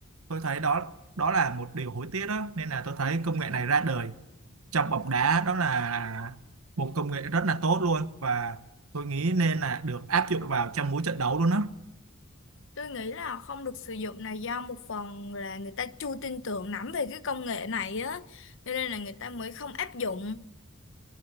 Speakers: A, on the right; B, on the left.
A: tôi thấy đó đó là một điều hối tiếc đó nên là tôi thấy công nghệ này ra đời trong bóng đá đó là một công nghệ rất là tốt luôn và tôi nghĩ nên là được áp dụng vào trong mỗi trận đấu luôn đó
B: tôi nghĩ là không được sử dụng này do một phần là người ta chưa tin tưởng lắm về cái công nghệ này á cho nên là người ta mới không áp dụng